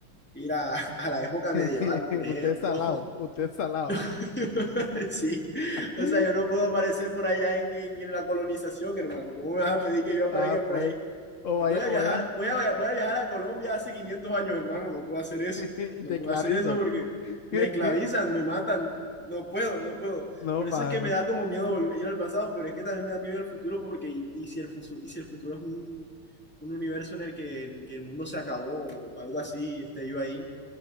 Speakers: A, in the centre; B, on the left.
A: ir a, a la época medieval,
B: <laughs>
A: por ejemplo.
B: Usted es salado, usted es salado.
A: <laughs> Sí,
B: <laughs>
A: o sea, yo no puedo aparecer por allá en, en en la colonización, hermano. ¿Cómo me vas a pedir que yo aparezca
B: Ah,
A: por
B: pues.
A: ahí?
B: O vaya,
A: Voy a
B: o
A: viajar,
B: vaya,
A: voy a, voy a viajar a Colombia hace 500 años, hermano, no puedo hacer eso.
B: <laughs> y
A: No
B: te
A: puedo
B: clavizan.
A: hacer eso porque
B: <laughs>
A: me esclavizan, me matan, no puedo, no puedo.
B: No,
A: Por
B: mano.
A: eso es que me da como miedo volver- ir al pasado, pero es que también me da miedo ir al futuro porque y, y si el futuro, y si el futuro es un, un universo en el que, en el que el mundo se acabó o algo así, esté yo ahí